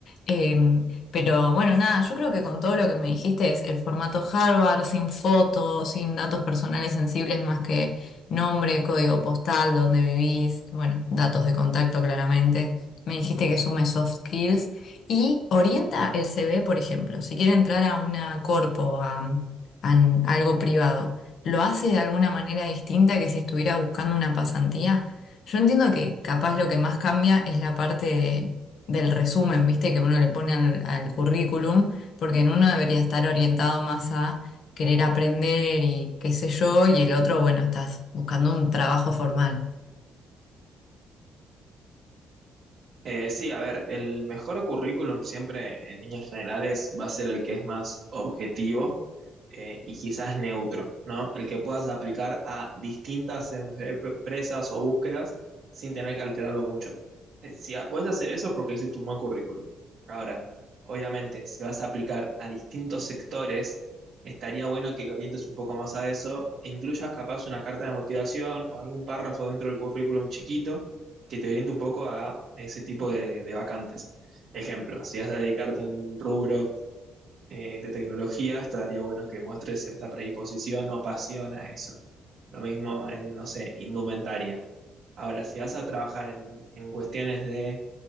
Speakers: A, on the left; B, on the right.
A: Em, pero bueno, nada, yo creo que con todo lo que me dijiste es el formato Harvard, sin fotos, sin datos personales sensibles más que nombre, código postal, dónde vivís, bueno, datos de contacto claramente. Me dijiste que sume soft skills y orienta el CV, por ejemplo, si quiere entrar a una corpo, a, a algo privado, ¿lo hace de alguna manera distinta que si estuviera buscando una pasantía? Yo entiendo que capaz lo que más cambia es la parte de del resumen, ¿viste? Que uno le pone al, al currículum, porque en uno debería estar orientado más a querer aprender y qué sé yo, y el otro, bueno, estás buscando un trabajo formal.
B: Eh, sí, a ver, el mejor currículum siempre en líneas generales va a ser el que es más objetivo eh, y quizás neutro, ¿no? El que puedas aplicar a distintas em- empresas o búsquedas sin tener que alterarlo mucho. Eh, si a- puedes hacer eso es porque hiciste un buen currículum. Ahora, obviamente, si vas a aplicar a distintos sectores, estaría bueno que lo orientes un poco más a eso e incluyas capaz una carta de motivación o algún párrafo dentro del currículum chiquito que te oriente un poco a ese tipo de, de vacantes. Ejemplo, si vas a dedicarte a un rubro eh, de tecnología, estaría bueno que muestres cierta predisposición o pasión a eso. Lo mismo en, no sé, indumentaria. Ahora, si vas a trabajar en, en cuestiones de